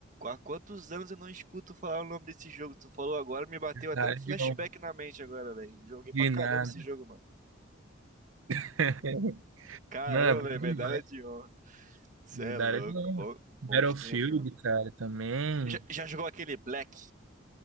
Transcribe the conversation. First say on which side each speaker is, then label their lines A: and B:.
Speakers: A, on the right; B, on the right.
A: há quantos anos eu não escuto falar o nome desse jogo? Tu falou agora, me bateu até
B: Da
A: um
B: área
A: flashback
B: de honra.
A: na mente agora, velho. Joguei
B: De
A: pra caramba
B: nada.
A: esse jogo, mano.
B: <laughs>
A: Caramba,
B: Não, é bom
A: velho,
B: demais.
A: medalha de honra. Cê
B: Me Da
A: é louco.
B: área de honra.
A: Bom- bons
B: Battlefield,
A: tempos, mano.
B: cara, também.
A: Já, já jogou aquele Black?